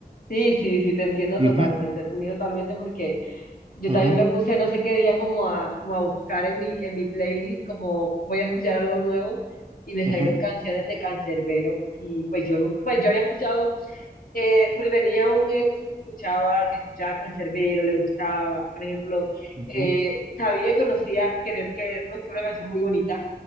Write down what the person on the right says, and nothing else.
Ujú,
ujú,
ujú,
ujú,